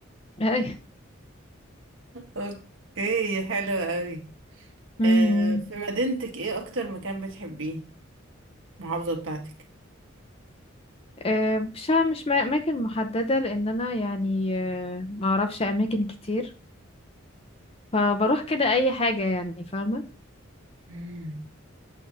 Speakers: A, on the left; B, on the right.
A: اي
B: اوكي حلو قوي
A: امم
B: آه في مدينتك ايه اكتر مكان بتحبيه المحافظة بتاعتك
A: آه، مش ع- مش ما- اماكن محدده لان انا يعني آه، ما اعرفش اماكن كتير فبروح كده اي حاجه يعني فاهمه
B: مم.